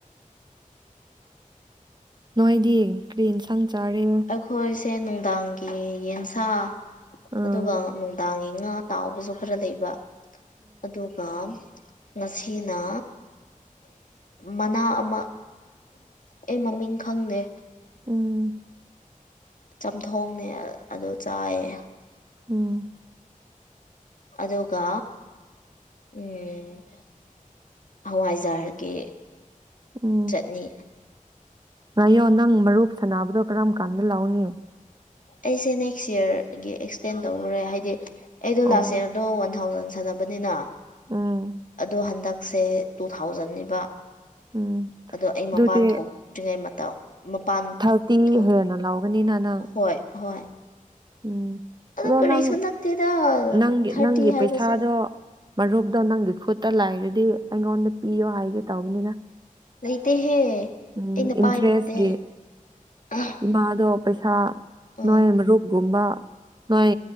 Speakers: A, on the right; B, on the left.
A: ꯅꯣꯏꯗꯤ ꯀ꯭ꯔꯤ ꯑꯦꯟꯁꯪ ꯆꯥꯔꯦ꯫
B: ꯑꯩꯈꯣꯏꯁꯦ ꯅꯨꯡꯗꯥꯡꯒꯤ ꯌꯦꯟꯁꯥ
A: ꯑꯥ
B: ꯑꯗꯨꯒ ꯅꯨꯡ ꯗꯥꯡꯒꯤ ꯉꯥ ꯇꯥꯎꯕꯁꯨ ꯈꯔ ꯂꯩꯕ ꯑꯗꯨꯒ ꯉꯁꯤꯅ ꯃꯅꯥ ꯑꯃ ꯑꯩ ꯃꯃꯤꯡ ꯈꯪꯗꯦ
A: ꯎꯝ
B: ꯆꯝꯊꯣꯡꯅꯦ ꯑꯗꯨ ꯆꯥꯏꯌꯦ
A: ꯎꯝ
B: ꯑꯗꯨꯒ ꯎꯝ ꯍꯋꯥꯏꯖꯥꯔꯒꯤ
A: ꯎꯝ
B: ꯆꯠꯅꯤ
A: ꯉꯥꯏꯌꯣ ꯅꯪ ꯃꯔꯨꯞ ꯁꯥꯟꯅꯕꯗꯣ ꯀꯔꯝ ꯀꯥꯟꯗ ꯂꯥꯎꯅꯤ
B: ꯑꯩꯁꯦ ꯅꯦꯛꯁ ꯌꯥꯔꯒꯤ ꯑꯦꯛꯁꯇꯦꯟ ꯇꯧꯈ꯭ꯔꯦ ꯍꯥꯏꯗꯤ ꯑꯩꯗꯣ
A: ꯑꯣ
B: ꯂꯥꯁ ꯑꯌꯥꯔ ꯑꯗꯣ ꯋꯥꯟ ꯊꯥꯎꯖꯟ ꯁꯥꯟꯅꯕꯅꯤꯅ
A: ꯎꯝ
B: ꯑꯗꯣ ꯍꯟꯗꯛꯁꯦ ꯇꯨ ꯊꯥꯎꯖꯟꯅꯤꯕ
A: ꯎꯝ
B: ꯑꯗꯣ ꯑꯩ
A: ꯑꯗꯨꯗꯤ
B: ꯃꯄꯥꯟ ꯊꯣꯛꯇ꯭ꯔꯤꯉꯩ ꯃꯇꯝ ꯃꯄꯥꯟ
A: ꯊꯥꯔꯇꯤ
B: ꯊꯣꯛ
A: ꯍꯦꯟꯅ ꯂꯧꯒꯅꯤꯅ ꯅꯪ
B: ꯍꯣꯏ ꯍꯣꯏ
A: ꯎꯝ
B: ꯑꯗꯨ
A: ꯑꯗꯣ
B: ꯀꯔꯤꯁꯨ
A: ꯅꯪ
B: ꯅꯠꯇꯦꯗ
A: ꯅꯪꯒꯤ
B: ꯊꯥꯔꯇꯤ
A: ꯅꯪꯒꯤ
B: ꯍꯥꯏꯕꯁꯦ
A: ꯄꯩꯁꯥꯗꯣ ꯃꯔꯨꯞꯇꯣ ꯅꯪꯒꯤ ꯈꯨꯠꯇ ꯂꯥꯏꯔꯗꯤ ꯑꯩꯉꯣꯟꯗ ꯄꯤꯌꯣ ꯍꯥꯏꯒꯦ ꯇꯧꯕꯅꯤꯗ
B: ꯂꯩꯇꯦꯍꯦ
A: ꯎꯝ
B: ꯑꯩꯅ
A: ꯏꯟꯇ꯭ꯔꯦꯁꯀꯤ
B: ꯄꯥꯏꯕꯗꯤ ꯑ
A: ꯏꯕꯥꯗꯣ ꯄꯩꯁꯥ
B: ꯑꯥ
A: ꯅꯣꯏ ꯃꯔꯨꯞꯒꯨꯝꯕ ꯅꯣꯏ